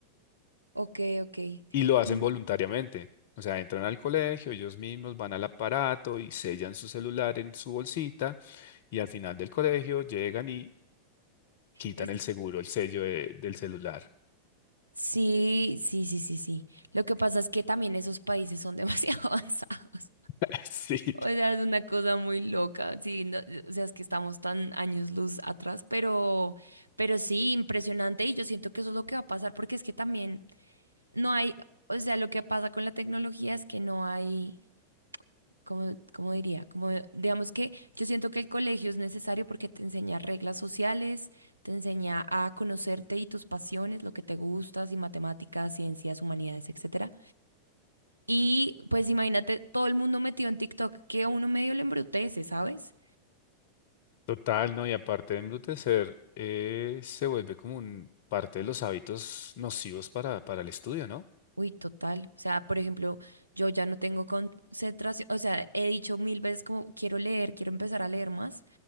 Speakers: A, on the right; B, on the left.
A: Ok, ok.
B: Y lo hacen
A: Sí.
B: voluntariamente, o sea, entran al colegio, ellos mismos van al aparato y sellan su celular en su bolsita y al final del colegio llegan y quitan
A: Es-
B: el seguro, el sello de- del celular.
A: Sí, sí, sí, sí, sí. Lo que pasa es que también esos países son demasiado <laughs> avanzados.
B: <laughs> Sí.
A: O sea, es una cosa muy loca. Sí, no- o sea, es que estamos tan años luz atrás, pero, pero sí, impresionante. Y yo siento que eso es lo que va a pasar, porque es que también no hay, o sea, lo que pasa con la tecnología es que no hay. como, como diría, como digamos que yo siento que el colegio es necesario porque te enseña reglas sociales, te enseña a conocerte y tus pasiones, lo que te gustas y matemáticas, ciencias, humanidades, etcétera. Y pues imagínate todo el mundo metido en TikTok que a uno medio le embrutece, ¿sabes?
B: Total, ¿no? Y aparte de embrutecer, eh, se vuelve como un parte de los hábitos nocivos para, para el estudio, ¿no?
A: Uy, total. O sea, por ejemplo, yo ya no tengo concentración. O sea, he dicho mil veces como quiero leer, quiero empezar a leer más,